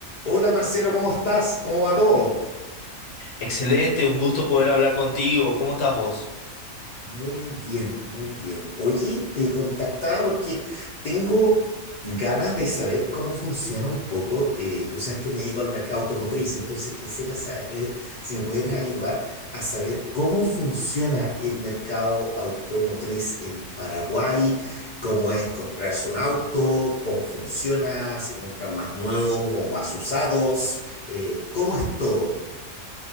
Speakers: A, on the left; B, on the left.
A: Hola Marcelo, ¿cómo estás? ¿Cómo va todo?
B: Excelente, un gusto poder hablar contigo. ¿Cómo estás vos?
A: Muy bien, muy bien. Oye, te contactaba porque tengo ganas de saber cómo funciona un poco. eh, tú sabes que me dedico al mercado automotriz, entonces quisiera saber si me pudieras ayudar a saber cómo funciona el mercado automotriz en Paraguay, cómo es comprarse un auto, cómo funciona, si compran más nuevos o más usados, eh, cómo es todo.